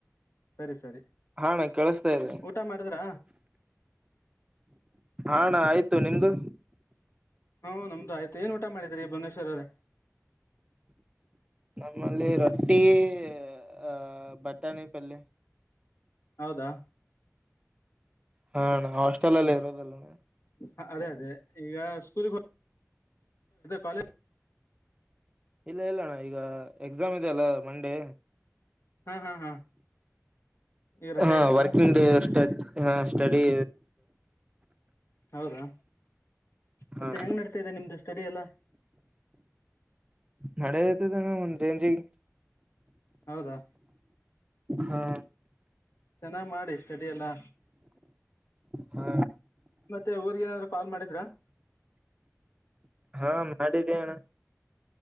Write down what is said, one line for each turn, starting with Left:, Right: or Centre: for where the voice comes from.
Left: ಸರಿ ಸರಿ
Right: ಅಣ್ಣ ಕೇಳಿಸತಾ ಇ್ರ
Left: ಊಟ ಮಾಡಿದ್ರಾ
Right: ಅಣ್ಣ ಆಯ್ತು ನಿಮ್ದು
Left: ಹಾ ನಮ್ದು ಆಯ್ತು ಏನ್ ಊಟ ಮಾಡಿದರಿ ಭನೇಶ್ವರರ
Right: ನಮ್ಮಲ್ಲಿ ರೊಟ್ಟಿ ಅಹ ಬಟಾಣಿ ಪಲ್ಲಿಯ
Left: ಹೌದಾ
Right: ಹಾಣ ಹಾಸ್ಟೆಲ್ಲ್ ಇರೋದಲ್ಲಣ್ಣ
Left: ಹ ಅದೇ ಅದೇ ಈಗ ಸ್ಕೂಲ್ ಕಾಲೇಜ್
Right: ಇಲ್ಲ ಇಲ್ಲ ಅಣ್ಣ ಈಗ ಎಕ್ಸಾಮ್ ಇದೆಲ್ಲ ಮುಂದೆ
Left: ಹ್ಮ್ ಹ್ಮ್ ಹಾ ಈಗ ರಜೆ
Right: ಹಾ
Left: ಇದೆನಾ
Right: ವರ್ಕಿಂಗ್ ಡೇ ಸ್ಟ ಹ ಸ್ಟಡಿ
Left: ಹೌದಾ ಮತ್ತೆ
Right: ಹಾ
Left: ಹೆಂಗ್ ನಡ್ತಾದೆ ನಿಮ್ದು ಸ್ಟೆಡಿ ಎಲ್ಲ
Right: ನಡದ್ತದಾನ ಒಂದೇಂಜಿಗೆ
Left: ಹೌದಾ
Right: ಹಾ
Left: ಚೆನ್ನಾಗ್ ಮಾಡಿ ಸ್ಟಡಿ ಎಲ್ಲಾ
Right: ಹಾ
Left: ಮತ್ತೆ ಓದಿ ಏನಾದ್ರು ಕಾಲ್ ಮಾಡಿದ್ರ
Right: ಹಾ ಮಾಡಿದ್ದೇಣ